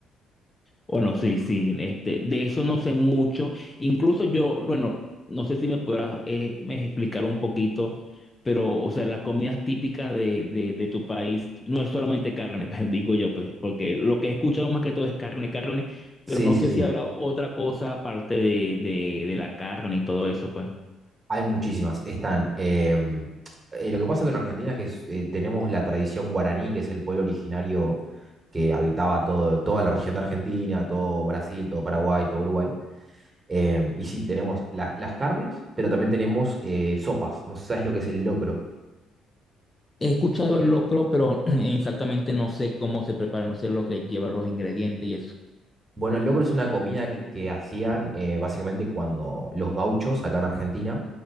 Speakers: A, on the left; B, on the right.
A: Bueno, sí, sí, este, de eso no sé mucho. Incluso yo, bueno, no sé si me podrás eh, me explicar un poquito, pero, o sea, las comidas típicas de, de, de tu país no es solamente carne, <laughs> pues, digo yo, pues, porque lo que he escuchado más que todo es carne, carne, pero
B: Sí,
A: no
B: sí,
A: sé
B: sí.
A: si habrá otra cosa aparte de, de, de la carne y todo eso, pues.
B: Hay muchísimas. Están. em, eh, lo que pasa con Argentina es que es- eh, tenemos la tradición guaraní, que es el pueblo originario que habitaba todo, toda la región de Argentina, todo Brasil, todo Paraguay, todo Uruguay. Em, y sí, tenemos la- las carnes, pero también tenemos eh, sopas. No sé si sabes lo que es el locro.
A: He escuchado el locro, pero <clears throat> exactamente no sé cómo se prepara, no sé lo que lleva los ingredientes y eso.
B: Bueno, el locro es una comida
A: Tampoco.
B: que hacían eh, básicamente cuando los gauchos acá en Argentina,